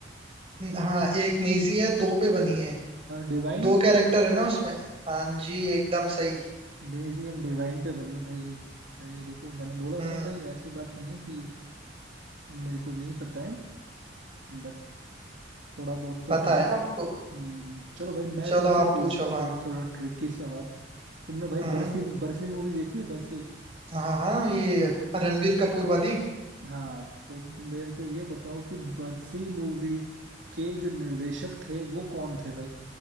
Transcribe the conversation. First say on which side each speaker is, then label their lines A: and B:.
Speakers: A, on the right; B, on the right.
A: हाँ एक नेजी है दो पे बनी है
B: Divine
A: दो कैरेक्टर है ना उसमें हाँ जी एकदम सही
B: Naezy and Divine पे बनी है भाई ये सही है देखो मैंने बोला
A: हम्म
B: था ना भाई ऐसी बात नहीं है कि मेरे को नहीं पता है बट थोड़ा बहुत तो
A: पता
B: है
A: है आपको
B: हम्म, चलो भाई मैं
A: चलो
B: तुमसे
A: आप
B: पूछता
A: पूछो
B: हूँ
A: हाँ
B: एक थोड़ा ट्रिकी सवाल तुमने भाई
A: हम्म
B: बर्फी बर्फी मूवी देखी है बर्फी
A: हाँ हाँ ये रणवीर कपूर वाली
B: हाँ तो मेरे को ये बताओ कि बर्फी मूवी के जो निर्देशक थे वो कौन थे भाई